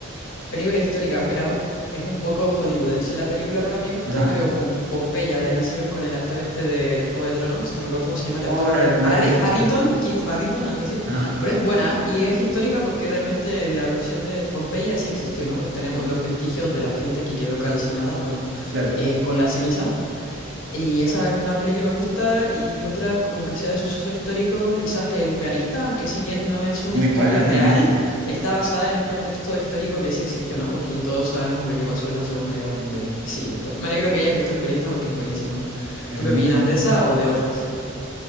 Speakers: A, on the left (about 70°); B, on the right (about 60°).
A: Película histórica, bueno, es un poco hollywoodense la película para mi gusto,
B: Ajá.
A: pero Pom- Pompeya, la que hicieron con el actor este de, de Juego de Tronos, no recuerdo cómo se llama el
B: Oh,
A: actor,
B: no, la- no
A: Harry,
B: la he visto.
A: Harrington, Kit Harrington, algo así,
B: Ajá.
A: pero es buena y es histórica porque realmente la erupción de Pompeya sí existió, ¿no? Pues tenemos los vestigios de la gente que quedó calcinada, bueno,
B: Claro.
A: eh, con las cenizas. Y esa es una peli que me gusta y otra como que sea de suceso histórico, quizás El pianista, aunque si bien no es una
B: Muy
A: historia
B: buena el
A: real,
B: pianista.
A: está basada en un contexto histórico que sí existió, ¿no? Porque todos sabemos lo que pasó en la Segunda Guerra Mundial. Sí, pues, to- me alegro que hayas visto El pianista porque es buenísima.
B: Es
A: ¿Tú
B: muy
A: qué opinas
B: bueno.
A: de esa o de otras?